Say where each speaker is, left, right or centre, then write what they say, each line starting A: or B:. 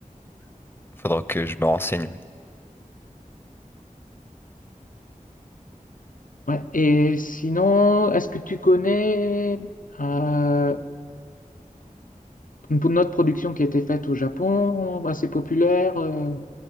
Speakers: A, on the left; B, on the left.
A: <laughs> Faudra que je me renseigne. oui.
B: Ouais. Et sinon, est-ce que tu connais euh, Une pou- autre production qui a été faite au Japon, assez populaire. euh,